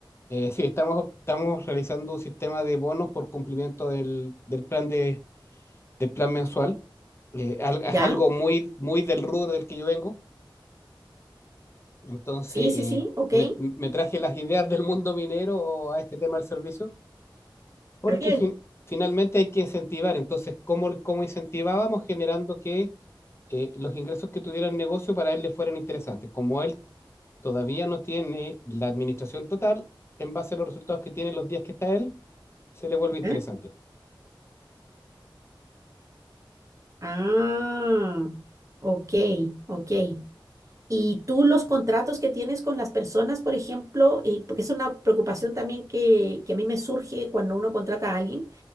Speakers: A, on the left (about 30°); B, on the right (about 40°).
A: Eh, sí, estamos, estamos realizando un sistema de bonos por cumplimiento del, del plan de, del plan mensual. Eh, al- es
B: ¿Ya?
A: algo muy, muy del rubro del que yo vengo. Entonces,
B: Sí,
A: eh,
B: sí, sí, ok.
A: me, me traje las ideas del mundo minero a este tema del servicio, porque
B: Está bien.
A: fin- finalmente hay que incentivar. Entonces, ¿cómo, cómo incentivábamos? Generando que eh, los ingresos que tuviera el negocio para él le fueran interesantes. Como él todavía no tiene la administración total, en base a los resultados que tiene los días que está él, se le vuelve interesante.
B: ¿ya? Ah, ok, ok. Y tú los contratos que tienes con las personas, por ejemplo, eh, porque es una preocupación también que, que a mí me surge cuando uno contrata a alguien,